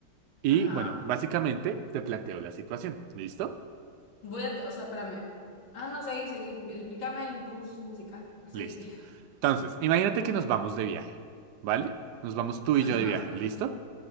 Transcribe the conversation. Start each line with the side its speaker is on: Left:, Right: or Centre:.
Right: Y
Left: Ajá.
Right: bueno, básicamente te planteo la situación. ¿Listo?
Left: Voy a, o sea, espérame. Ah, no, seguí, seguí. Explícame el bus musical. Seguí.
Right: Listo. Entonces, imagínate que nos vamos de viaje, ¿vale? Nos vamos tú y
Left: Ajá,
Right: yo de viaje, ¿listo?